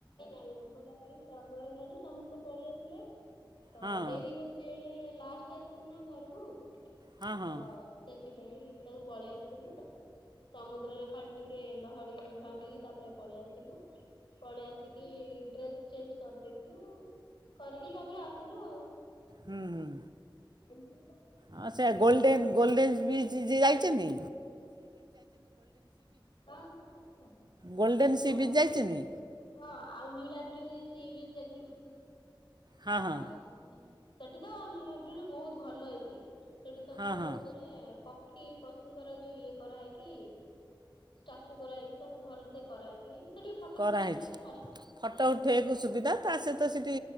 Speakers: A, on the left; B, on the right.
A: ଆଉ ଅଭଡ଼ା ପାଇଁ ସମୟ ହେଲାନି ସମସ୍ତେ ପଳେଇ ଆସିଲେ। ତ
B: ହଁ
A: ଡେରି ହଉଛି ଏ। ଲାଷ୍ଟ ଆସିବୁ ନା ଘର ତ
B: ହଁ ହଁ
A: ସେ ସେଥିପାଇଁ ସବୁ ପଳେଇ ଆସିଥିଲୁ। ସମୁଦ୍ରରେ ଖାଲି ଟିକେ ଲହଡି ଭାଙ୍ଗିକି ତାପରେ ପଳେଇ ଆସିଥିଲୁ। ପଳେଇ ଆସିକି ଡ୍ରେସ ଚେଞ୍ଜ କରିଦେଇଥିଲୁ କରିକି ତାପରେ ଆ ଥିଲୁ ଆଉ।
B: ହୁଁ
A: ଏମିତି ସବୁ
B: ଆ
A: ରହିଲୁ
B: ସେ ଗୋଲଡେନ
A: ପୁରୀରେ
B: ଗୋଲଡେନ୍ ବିଚ ଯାଇ ପାଟମେ
A: ହ ହ
B: ଗୋଲ୍ଡେନ୍ ସି
A: ଆଉ
B: ବିଚ୍ ଯାଇଛନ୍ତି
A: ହଁ ଆଉ ନୀଳଦି। ଟିଭି ଯାଇଖି ଉ
B: ହଁ ହଁ
A: ଆଉ। ସେଠି ତ ନୀଳଦ୍ରରେ ବହୁତ ଭଲ ହେଇଛି। ସେଠି ସବୁ
B: ହଁ ହଁ
A: ମାନେ ପକ୍ଷୀ ପଶୁଙ୍କର ଯୋଉ ଇଏ କରାହେଇକି ଷ୍ଟାଚୁ କରାହେଇକି ସବୁ ଭଲ ସେେ କରାହେଇକ ସେଠି ଫଟୋ
B: କରାହୋଇଛି
A: ଫଟୋ ଉଠେଇବାକୁ
B: ଫଟୋ ଉଠେଇବାକୁ ସୁବିଧା ତା ସହିତ ସେଇଠି